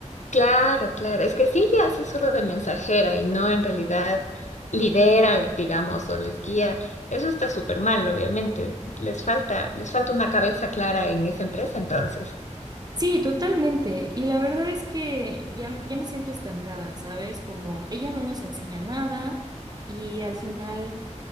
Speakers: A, on the left; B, on the right.
A: Claro, claro. Es que sí, ya hace solo de mensajera y no en realidad lidera, digamos, o les guía. Eso está súper mal, obviamente. Les falta, les falta una cabeza clara en esa empresa entonces.
B: Sí, totalmente. Y la verdad es que ya, ya me siento estancada, ¿sabes? Como ella no nos enseña nada y al final